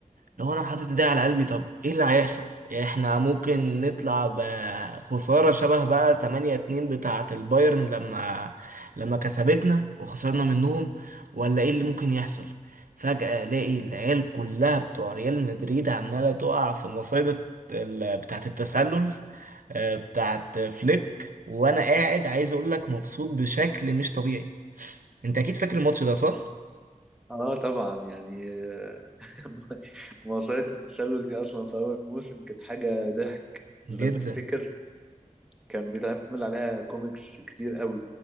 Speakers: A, on the right; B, in the centre.
A: لو انا حاطط ايدي على قلبي طب ايه اللي هيحصل احنا ممكن نطلع بخسارة شبه بقى 8 2 بتاعة البايرن لما لما كسبتنا وخسرنا منهم ولا ايه اللي ممكن يحصل فجأة الاقي العيال كلها بتوع ريال مدريد عمالة تقع في مصيدة ال- بتاعة التسلل آه، بتاعة فليك وانا قاعد عايز اقول لك مبسوط بشكل مش طبيعي انت اكيد فاكر الماتش ده صح
B: اه طبعا يعني آه، <laughs> مواصلات التسلل دي اصلا في اول موسم كانت حاجة ضحك
A: جدا
B: لو تفتكر كان بيتعمل عليها كوميكس كتير قوي